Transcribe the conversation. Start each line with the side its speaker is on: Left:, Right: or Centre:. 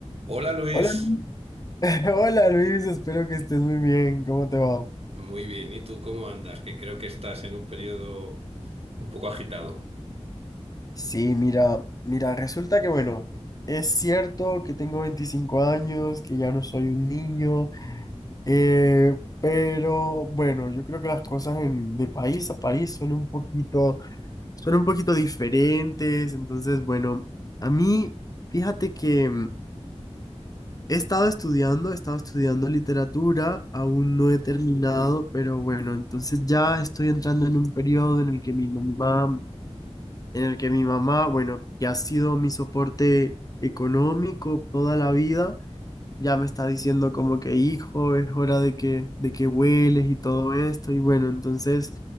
Right: Hola Luis,
Left: Hola, Lu- <laughs> hola Luis, espero que estés muy bien. ¿Cómo te va?
Right: muy bien. ¿Y tú cómo andas? Que creo que estás en un periodo un poco agitado.
Left: Sí, mira, mira, resulta que bueno, es cierto que tengo 25 años, que ya no soy un niño, eh, pero bueno, yo creo que las cosas en- de país a país son un poquito, son un poquito diferentes. Entonces, bueno, a mí, fíjate que He estado estudiando, he estado estudiando literatura, aún no he terminado, pero bueno, entonces ya estoy entrando en un periodo en el que mi mamá, en el que mi mamá, bueno, que ha sido mi soporte económico toda la vida ya me está diciendo como que hijo, es hora de que, de que vueles y todo esto. Y bueno, entonces